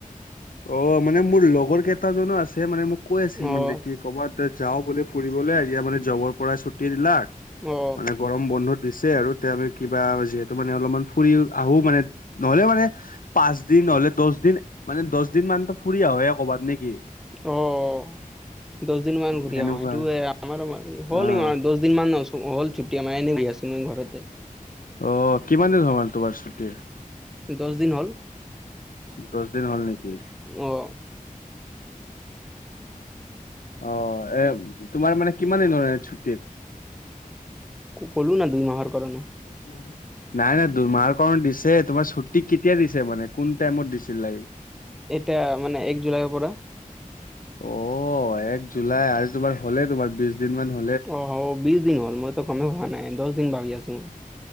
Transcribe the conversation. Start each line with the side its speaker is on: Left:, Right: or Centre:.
Left: অঁ, মানে মোৰ লগৰ কেইটাজনো আছে মানে, মোক কৈ
Centre: অ',
Left: আছিল মানে কি ক'ৰবাতে যাওঁ বোলে ফুৰিবলে এতিয়া মানে জবৰ পৰা ছুটী দিলে।
Centre: অঁহ্।
Left: গৰম বন্ধ দিছে আৰু এতিয়া আমি কিবা বাজেট টো মানে অলপমান ফুৰিও আহো মানে, নহলে মানে পাঁচ দিন নহলে, দশ দিন মানে দশ দিনমানটো ফুৰি আহোৱে ক'ৰবাত নেকি?
Centre: অঁ, দশ দিনমান ঘুৰি
Left: সেনেকুৱা
Centre: আহোঁ। সেইটো এ আমাৰ মানে হ'ল
Left: অ',
Centre: সিমান দশ দিনমান ছ--হ'ল ছুটী আমাৰ এনেই দি আছো মই ঘৰতে।
Left: অঁ, কিমান দিন হ'ল মানে তোমাৰ ছুটী?
Centre: দশ দিন হ'ল।
Left: দশ দিন হ'ল নেকি?
Centre: অঁ।
Left: অঁ, এ তোমাৰ মানে কিমান দিন হ'ল এয়াত ছুটীত?
Centre: ক ক'লো না দুই মাহৰ কাৰণে।
Left: <unintelligible> নাই নাই দুমাহৰ কাৰণে দিছে। তোমাৰ ছুটী কেতিয়া দিছে মানে, কোন টাইমত দিছিলে?
Centre: এটা মানে, এক জুলাইৰ পৰা।
Left: অঁ, এক জুলাই আৰু তোমাৰ হ'লে তোমাৰ বিশ দিনমান হ-
Centre: অঁ, অঁ বিশ দিন হ'ল মইতো গমেই পোৱা নাই, দশ দিন ভাবি আছোঁ।